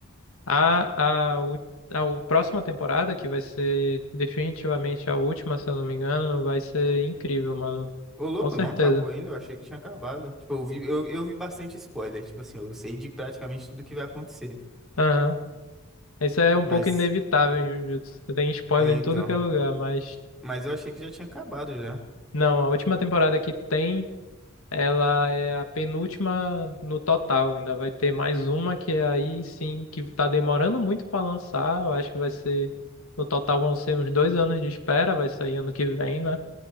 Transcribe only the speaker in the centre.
Ô, louco,
não acabou ainda, eu achei que tinha acabado. Tipo, eu vi, eu, eu vi bastante spoiler, tipo assim, eu sei de praticamente tudo que vai acontecer.
Mas,
é,
então...
Mas eu achei que já tinha acabado já.